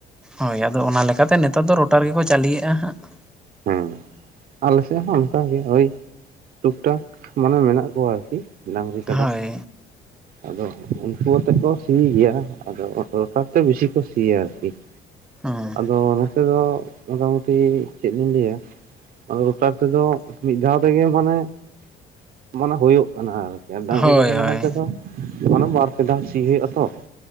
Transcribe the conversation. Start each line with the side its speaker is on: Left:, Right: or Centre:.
Centre: ᱦᱳᱭ, ᱟᱫᱚ ᱚᱱᱟ ᱞᱮᱠᱟᱛᱮ ᱱᱮᱛᱟᱨ ᱫᱚ ᱨᱳᱴᱟᱨ ᱜᱮᱠᱚ ᱪᱟᱹᱞᱤᱭᱮᱜᱼᱟ ᱦᱟᱸᱜ ᱾
Right: ᱦᱮᱸ, ᱟᱞᱮ ᱥᱮᱫ ᱦᱚᱸ ᱚᱱ ᱠᱟᱜᱮ ᱳᱭ ᱴᱩᱠ ᱴᱟᱠ ᱢᱟᱱᱮ ᱢᱮᱱᱟᱜ ᱠᱚᱭᱟ ᱟᱨᱠᱤ ᱰᱟᱹᱝᱨᱤ ᱠᱟᱰᱟ
Centre: ᱦᱳᱭ
Right: ᱾ ᱟᱫᱚ ᱩᱱᱠᱩ ᱟᱛᱮᱜ ᱠᱚ ᱥᱤ ᱜᱤᱭᱟ ᱟᱫᱚ ᱨᱚᱴᱟᱨ ᱛᱮ ᱵᱤᱥᱤ ᱠᱚ ᱥᱤᱭᱟ ᱟᱨᱠᱤ ᱾
Centre: ᱦᱩᱸ ᱾
Right: ᱛᱚ ᱱᱚᱛᱮ ᱫᱚ ᱢᱚᱴᱟᱢᱩᱴᱤ ᱪᱮᱫ ᱞᱤᱧ ᱞᱮᱭᱟ? ᱨᱚᱴᱟᱨ ᱛᱮᱫᱚ ᱢᱤᱫ ᱫᱷᱟᱣ ᱛᱮᱜᱮ ᱢᱟᱱᱮ ᱢᱟᱱᱮ ᱦᱳᱭᱳᱜ ᱠᱟᱱᱟ ᱟᱨ ᱠᱤ ᱟᱨ ᱰᱟᱹᱝᱨᱤ
Centre: ᱦᱳᱭ
Right: ᱠᱟᱰᱟ ᱱᱟᱦᱮᱞ
Centre: ᱦᱳᱭ
Right: ᱛᱮᱫᱚ ᱢᱟᱱᱮ ᱵᱟᱨ ᱯᱮ ᱫᱷᱟᱣ ᱥᱤ ᱦᱳᱭᱳᱜᱼᱟ ᱛᱚ ᱾